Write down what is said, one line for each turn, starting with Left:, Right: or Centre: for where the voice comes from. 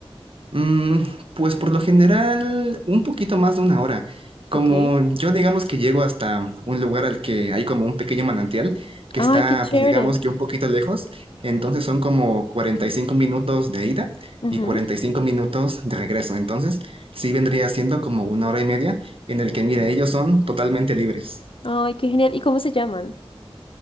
Right: Mm, pues por lo general, un poquito más de una hora. Como
Left: Ok.
Right: yo digamos que llego hasta un lugar al que hay como un pequeño manantial que
Left: Ay,
Right: está,
Left: qué chévere.
Right: pues digamos que un poquito lejos, entonces son como 45 minutos de ida
Left: Ujú.
Right: y 45 minutos de regreso. Entonces sí vendría siendo como una hora y media en el que, mira, ellos son totalmente libres.
Left: Ay, qué genial. ¿Y cómo se llaman?